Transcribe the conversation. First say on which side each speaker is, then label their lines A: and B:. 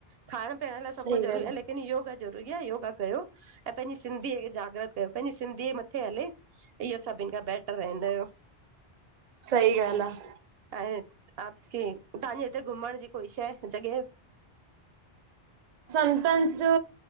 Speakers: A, on the right (about 75°); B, on the right (about 50°).
A: खाइण पीअण लाए, सभु
B: सही
A: कुछु ज़रूरी
B: ॻाल्हि
A: आहे
B: आ
A: लेकिन योगा ज़रूरी आहे योगा कयो। ऐं पंहिंजी सिंधीअ खे जागृत कयो, पंहिंजी सिंधी हले इहो सभिनि खां बैटर रहं हिन यो।
B: सही ॻाल्हि आ
A: ऐं आपके- तव्हां हिते घुमण जी कोई शै- जॻह?
B: संतन जो